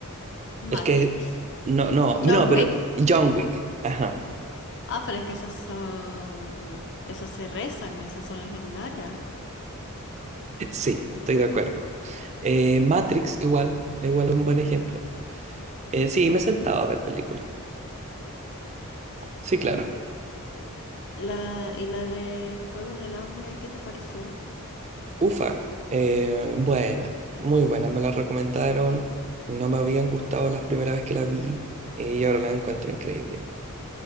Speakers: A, on the left; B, on the right.
A: Matrix.
B: El que... No, no,
A: John
B: no, pero
A: Wick.
B: John Wick. Ajá.
A: Ah, pero es que esas son, esas se rezan, esas son legendarias.
B: Sí, estoy de acuerdo. Eh, Matrix igual, igual es un buen ejemplo. Eh, sí, me sentaba a ver películas. Sí, claro.
A: La, y la de Juegos del Hambre, ¿qué te pareció?
B: Ufa, eh, buena, muy buena, me la recomendaron, no me habían gustado las primera vez que la vi eh, y ahora la encuentro increíble igual,